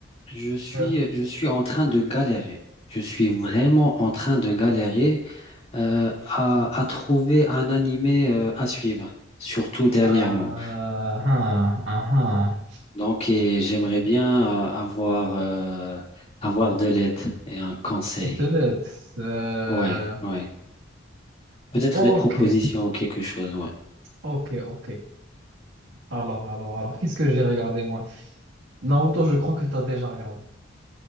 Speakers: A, on the left (about 35°); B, on the right (about 80°).
A: Je suis,
B: Aha,
A: je suis en train de galérer. Je suis vraiment en train de galérer euh, à, à trouver un animé euh, à suivre, surtout dernièrement.
B: aha, aha.
A: Donc, et j'aimerais bien euh, avoir, euh, avoir de l'aide et un conseil.
B: Peut-être. euh,
A: Ouais, ouais. Peut-être
B: ok,
A: des propositions ou quelque chose, ouais.
B: ok, ok. Alors, alors, alors, qu'est-ce que j'ai regardé moi? Naruto, je crois que t'as déjà regardé.